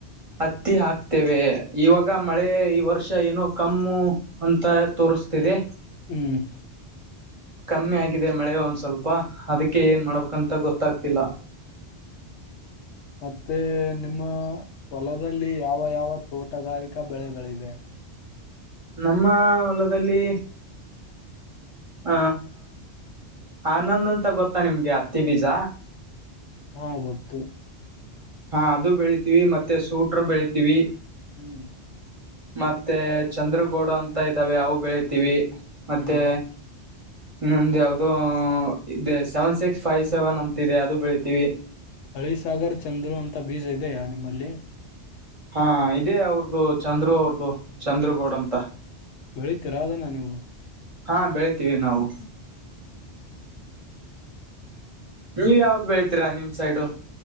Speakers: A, on the right; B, on the left.
A: ಹತ್ತಿ ಹಾಕ್ತೇವೆ ಇವಾಗ ಮಳೆ ಈ ವರ್ಷ ಏನೋ ಕಮ್ಮು ಅಂತ ತೋರಿಸ್ತಿದೆ
B: ಹ್ಮ್
A: ಕಮ್ಮಿ ಆಗಿದೆ ಮಳೆ ಒಂದ್ ಸ್ವಲ್ಪ ಅದಕ್ಕೆ ಏನ್ ಮಾಡ್ಬೇಕಂತ ಗೊತ್ತಾಗ್ತಿಲ್ಲ
B: ಮತ್ತೆ ನಿಮ್ಮ ಹೊಲದಲ್ಲಿ ಯಾವ ಯಾವ ತೋಟಗಾರಿಕಾ ಬೆಳೆಗಳಿವೆ
A: ನಮ್ಮ ಹೊಲದಲ್ಲಿ ಹ ಆನಂದ್ ಅಂತ ಗೊತ್ತಾ ನಿಮ್ಗೆ ಅತ್ತಿ ಬೀಜ
B: ಹಾ ಗೊತ್ತು
A: ಹಾ ಅದು ಬೆಳಿತೀವಿ ಮತ್ತೆ ಸೂಟರು ಬೆಳಿತೀವಿ
B: ಹ್ಮ್
A: ಮತ್ತೆ ಚಂದ್ರಗೌಡು ಅಂತ ಇದ್ದಾವೆ ಅವು ಬೆಳಿತೀವಿ ಮತ್ತೆ
B: ಹ್ಮ್
A: ಇನ್ನೊಂದ ಯಾವವುದೋ E seven six five seven ಅಂತ ಇದೆ ಅದು ಬೆಳಿತೀವಿ
B: ಹಳಿಸಾಗರ್ ಚಂದ್ರು ಅಂತ ಬೀಜ ಇದೆಯ ನಿಮ್ಮಲ್ಲಿ
A: ಹಾ ಇದೇ ಅವ್ರದು ಚಂದ್ರು ಅವ್ರದು ಚಂದ್ರಗೌಡ ಅಂತ
B: ಬೆಳಿತೀರಾ ಅದನ್ನ ನೀವು
A: ಹಾ ಬೆಳಿತೀವಿ ನಾವು.
B: <unintelligible>
A: ನೀವ್ ಯಾವ್ದ್ ಬೆಳ್ತೀರಾ ನಿಮ್ ಸೈಡು